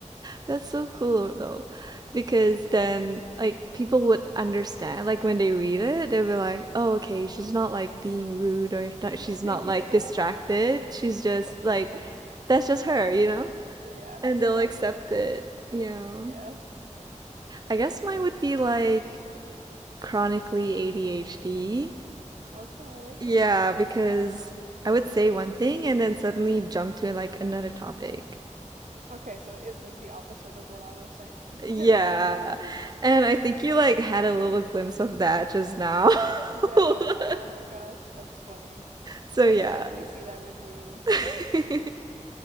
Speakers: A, on the right; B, on the right.
A: That's so cool though, because then like people would understand. Like when they read it, they'll be like, "Oh, okay, she's not like being rude or not,
B: <laughs>
A: she's not like
B: Yeah.
A: distracted. She's just like
B: <laughs>
A: that's just her, you know?"
B: Yeah, exactly.
A: And they'll accept it. Yeah.
B: Yeah.
A: I guess mine would be like chronically ADHD.
B: Okay.
A: Yeah, because I would say one thing and then suddenly jump to like another topic.
B: Okay, so it is like the opposite of what I was saying.
A: Yeah.
B: <laughs>
A: And I think you like had a little glimpse of that just now. <laughs>
B: Yeah. Oh my gosh, that's funny.
A: So
B: No, I
A: yeah.
B: could definitely see that with you.
A: <laughs>